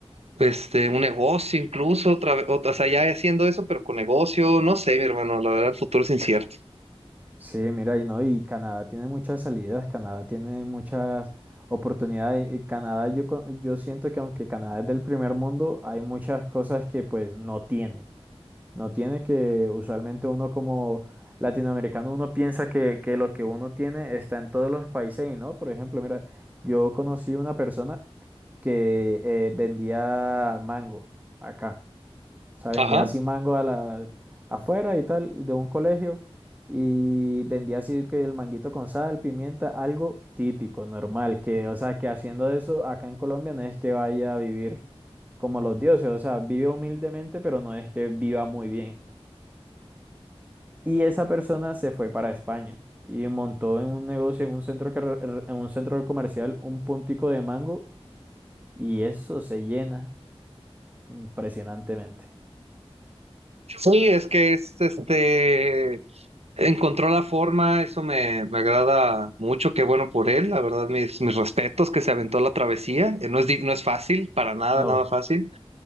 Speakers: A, on the right; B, on the right.
A: Este, un negocio incluso, otra, vez- o o sea, ya haciendo eso, pero con negocio, no sé, mi hermano, la verdad el futuro es incierto.
B: Sí, mira, y no, y Canadá tiene muchas salidas, Canadá tiene muchas oportunidades. y Canadá, yo, co- yo siento que aunque Canadá es del primer mundo, hay muchas cosas que pues no tiene. No tiene que, usualmente uno como latinoamericano, uno piensa que, que lo que uno tiene está en todos los países y no. Por ejemplo, mira, yo conocí una persona que eh, vendía mango acá. O sea, vendía
A: Ajá.
B: así mango a la, afuera y tal, de un colegio. Y vendía así que el manguito con sal, pimienta, algo típico, normal. Que, o sea, que haciendo eso acá en Colombia no es que vaya a vivir como los dioses. O sea, vive humildemente, pero no es que viva muy bien. Y esa persona se fue para España y montó en un negocio, en un centro, car en un centro comercial, un puntico de mango y eso se llena impresionantemente.
A: Sí, es que es este encontró la forma, eso me, me agrada mucho, qué bueno por él, la verdad, mis, mis respetos que se aventó la travesía, eh, no es, di- no es fácil, para nada,
B: No.
A: nada fácil,